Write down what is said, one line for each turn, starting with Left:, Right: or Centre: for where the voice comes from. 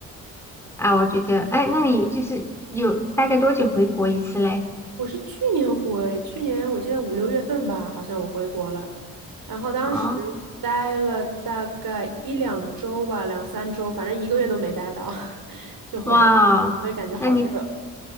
Centre: 啊，我觉得，哎，那你就是有大概多久回国一次嘞？
Right: 我是去年回，去年我记得五六月份吧，好像我回国了，然后当时待了大概一两周吧，
Centre: 哦，
Right: 两三周，反正一个月都没待到，<laughs> 就回来，
Centre: 哇哦那你
Right: 因为感觉好热，